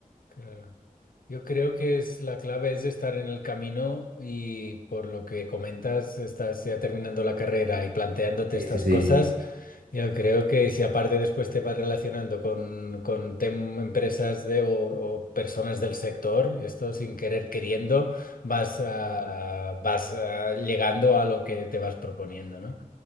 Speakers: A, on the left; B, on the right.
A: claro. Yo creo que es la clave es estar en el camino y por lo que comentas, estás ya terminando la carrera y planteándote
B: Sí,
A: estas
B: sí, sí.
A: cosas. Yo creo que si aparte después te vas relacionando con, con tem- empresas de, o, o personas del sector, esto sin querer queriendo, vas, ah, vas ah, llegando a lo que te vas proponiendo, no